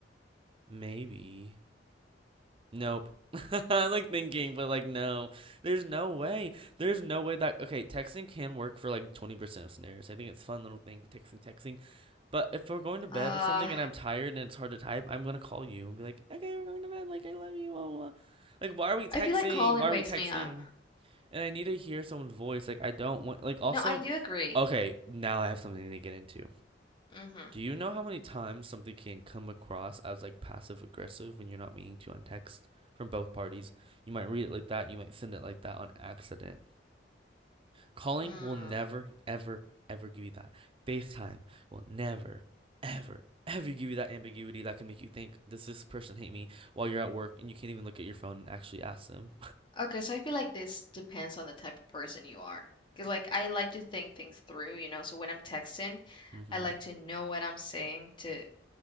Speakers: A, on the right; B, on the left.
A: maybe. Nope. <laughs> I'm like thinking, but like, no. There's no way. There's no way that okay, texting can work for like 20% of scenarios. I think it's a fun little thing, texting, texting. But if we're going to bed
B: Uh,
A: or something and I'm tired and it's hard to type, I'm gonna call you and be like, okay, we're going to bed. Like, I love you. Blah, blah, Like, why are we texting?
B: I feel like Colin
A: Why are
B: wakes
A: we texting?
B: me up.
A: And I need to hear someone's voice. Like, I don't want like also
B: No, I do agree.
A: Okay, now I have something to get into.
B: Mm-hmm.
A: Do you know how many times something can come across as like passive aggressive when you're not meaning to on text from both parties? You might read it like that, you might send it like that on accident. Calling
B: Mm.
A: will never, ever, ever give you that. FaceTime will never, ever, ever give you that ambiguity that can make you think, does this person hate me while you're at work and you can't even look at your phone and actually ask them?
B: Okay, so I feel like this depends on the type of person you are. 'Cause like I like to think things through, you know, so when I'm texting,
A: <laughs> hmm
B: I like to know what I'm saying to